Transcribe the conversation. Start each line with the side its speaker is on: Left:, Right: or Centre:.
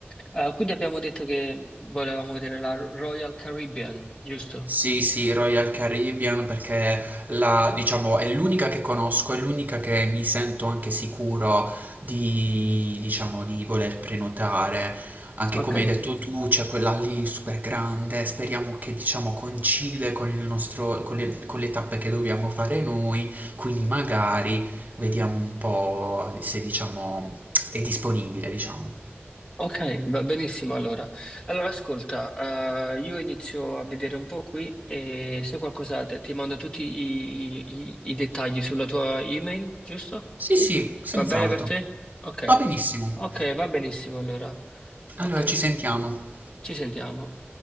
Left: Eh, quindi abbiamo detto che volevamo vedere la Royal Caribbean, giusto?
Right: Sì, sì, Royal Caribbean perché la, diciamo, è l'unica che conosco, è l'unica che mi sento anche sicuro di, diciamo, di voler prenotare. Anche
Left: Ok,
Right: come hai detto tu, c'è quella lì super grande, speriamo che, diciamo, coincide con il nostro, con le, con le tappe che dobbiamo fare noi, quindi magari vediamo un po' se, diciamo, è disponibile, diciamo.
Left: ok, va benissimo allora. Allora ascolta, eh, io inizio a vedere un po' qui e se qualcosa te- ti mando tutti i, i- i dettagli sulla tua email, giusto?
Right: Sì, sì, senz'altro.
Left: Va bene per te? Ok,
Right: Va benissimo.
Left: ok, va benissimo allora. Ok,
Right: Allora ci sentiamo.
Left: ci sentiamo.